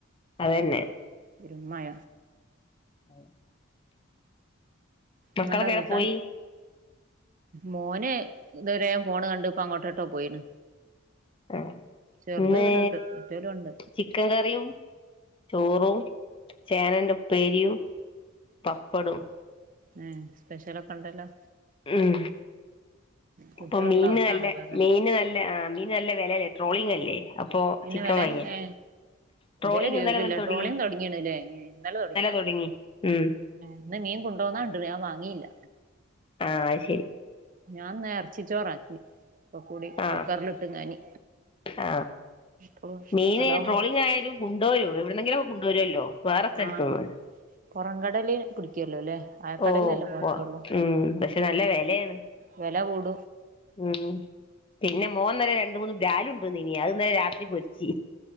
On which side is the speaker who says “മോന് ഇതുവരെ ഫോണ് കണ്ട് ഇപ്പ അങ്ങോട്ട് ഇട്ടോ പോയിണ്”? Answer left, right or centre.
Right